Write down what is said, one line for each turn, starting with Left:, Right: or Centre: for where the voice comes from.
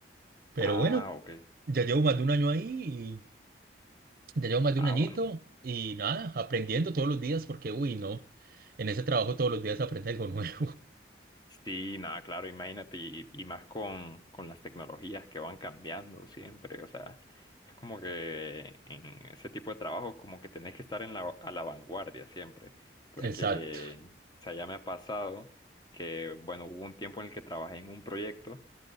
Right: Pero
Left: Ah,
Right: bueno,
Left: ok.
Right: ya llevo más de un año ahí Ya llevo más de
Left: Ah,
Right: un añito
Left: bueno.
Right: y nada, aprendiendo todos los días porque, uy, no, en ese trabajo todos los días aprende algo nuevo.
Left: Sí, nada, claro, imagínate, y, y más con, con las tecnologías que van cambiando siempre, o sea, es como que en ese tipo de trabajos como que tenés que estar en la, a la vanguardia siempre, porque,
Right: <laughs> Exacto,
Left: o sea, ya me ha pasado que, bueno, hubo un tiempo en el que trabajé en un proyecto